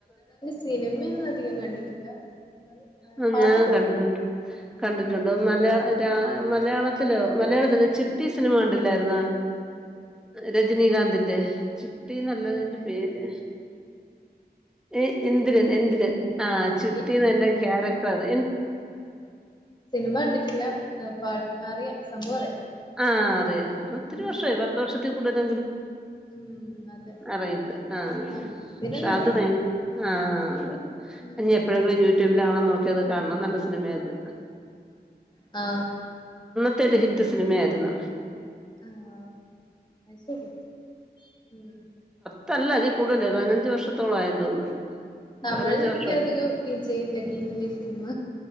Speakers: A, on the left; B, in the centre.
A: സിനിമയൊന്നും അധികം കണ്ടിട്ടില്ല എന്നാലും ആഹ്
B: ആ
A: പാട്ടൊക്കെ
B: ഞാൻ
A: കേട്ടു
B: കണ്ടിട്ടുണ്ട് കണ്ടിട്ടുണ്ട് <unintelligible> <unintelligible> ലോ മലയാളത്തില് <unintelligible> നിമ ണ്ടില്ലായിരുന്ന രജനീകാന്തിന്റെ ട്ടീ നല്ലത്
A: ഇല്ല.
B: ന്റെ പേര് ഏ ഇന്ദ്രൻ എന്തിരൻ ആ
A: <unintelligible>
B: അതിന്റെ ക്യാരക്ടർ അത്
A: സിനിമ ണ്ടിട്ടില്ല പാ അറിയാം അറിയാം.
B: ആ അറിയ പ്പോ ഒത്തിരി
A: ഉം
B: വർഷായി പത്ത് വർഷത്തി <unintelligible>
A: ഉം അതെ.
B: അറിയ <unintelligible> ആഹാ
A: ആഹ് ഇതന്നെ
B: ഷാത്
A: അറിയാം.
B: വയിൻ ആഹാ ആ
A: ഉം
B: അതെ <unintelligible> <unintelligible> നോക്കിയതാ കാൺമെന്നുള്ള സിനിമയാത്.
A: ആ
B: <inaudible> സിനിമയാരുന്നു.
A: ആഹാ അയിശെരി മ്
B: ത്തല്ല അതി കൂടുതലായി പതിനഞ്ച് വർഷത്തോളായെന്ന് തോന്നുന്നു.
A: തമിഴിൽ
B: പതിനഞ്ച്
A: ലെനിക്കധികം
B: വർഷം
A: വിജയിന്റെ ഗില്ലി സിനിമ